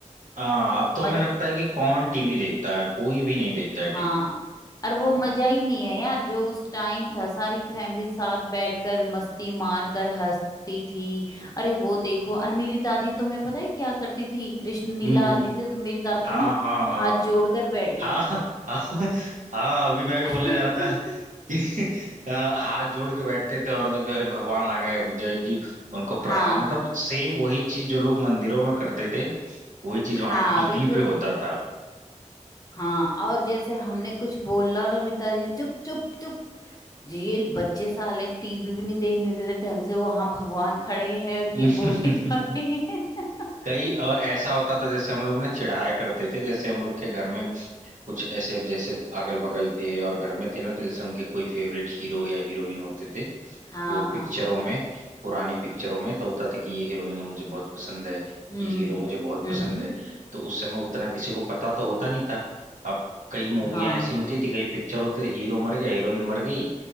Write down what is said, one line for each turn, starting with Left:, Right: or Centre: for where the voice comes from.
Right: हाँ अब तो हमें
Left: मज
Right: लगता है कि कौन टीवी देखता है कोई भी नहीं देखता है
Left: हाँ
Right: टीवी
Left: और वो मजा ही नहीं है यार जो उस टाइम था सारी फैमिली साथ बैठकर मस्ती मार कर हंसती थी अरे वो देखो और मेरी दादी तुम्हें पता है क्या करती थी कृष्ण
Right: हम्म
Left: लीला
Right: हम्म
Left: आती थी तो मेरी दादी
Right: हाँ
Left: ना
Right: हाँ हाँ
Left: हाथ जोड़कर बैठती
Right: हाँ
Left: थी
Right: हाँ
Left: उनको
Right: हाँ अभी मैं भी
Left: <laughs>
Right: बोलने जा रहा था कि अ, हाथ जोड़ के बैठते थे और उनके अरे भगवान आ गए जो है कि उनको
Left: हाँ
Right: प्रणाम मतलब सेम वही चीज जो लोग मंदिरों में करते थे वही चीज वहां
Left: हाँ
Right: टीवी
Left: बिल्कुल
Right: पे होता था
Left: हाँ और जैसे हमने कुछ बोलना ना मिलता नहीं, चुप चुप चुप जेल बच्चे साले टीवी भी नहीं देखने देते ढंग से वो हाँ भगवान खड़े हैं और
Right: <laughs>
Left: ये बोले जा रहे हैं <laughs>
Right: कई और ऐसा होता था जैसे हम लोग ना चिढ़ाया करते थे जैसे हम लोग के घर में कुछ ऐसे जैसे अगल बगल थे और घर में थे ना तो जैसे उनके कोई फेवरेट हीरो या हीरोइन होते थे
Left: हाँ
Right: वो पिक्चरों
Left: हाँ
Right: में पुरानी पिक्चरों में तो होता था कि ये हीरोइन मुझे बहुत पसंद है
Left: हम्म
Right: ये हीरो मुझे बहुत
Left: हम्म
Right: पसंद
Left: हम्म,
Right: है तो उस समय उतना किसी को पता तो होता नहीं था अब कई मूवियां
Left: हाँ
Right: ऐसी होती थी कई पिक्चर होते थे हीरो मर गया हीरोइन मर गई